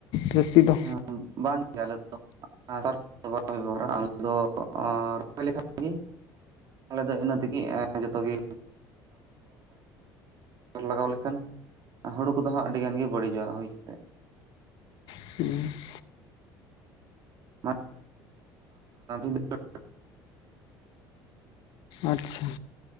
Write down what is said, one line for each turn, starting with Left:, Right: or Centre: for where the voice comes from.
Left: ᱡᱟᱹᱥᱛᱤ ᱫᱚ?
Right: <inaudible> <inaudible> ᱵᱷᱟᱜᱮ ᱟᱞᱮ ᱫᱚ ᱤᱱᱟᱹ ᱛᱮᱜᱮ ᱮᱸ ᱡᱚᱛᱚ ᱜᱮ <inaudible> ᱞᱟᱜᱟᱣ ᱞᱮᱠᱷᱟᱱᱼᱼ ᱟ ᱦᱩᱲᱩ ᱠᱚ ᱫᱚ ᱦᱟᱸᱜ ᱟᱹᱰᱤ ᱜᱟᱱ ᱜᱮ ᱵᱟᱹᱲᱤᱡᱚᱜ-ᱟ ᱦᱩᱭ ᱠᱟᱛᱮᱜ ᱾
Left: <unintelligible>
Right: ᱢᱟᱛ <inaudible>
Left: ᱟᱪᱪᱷᱟ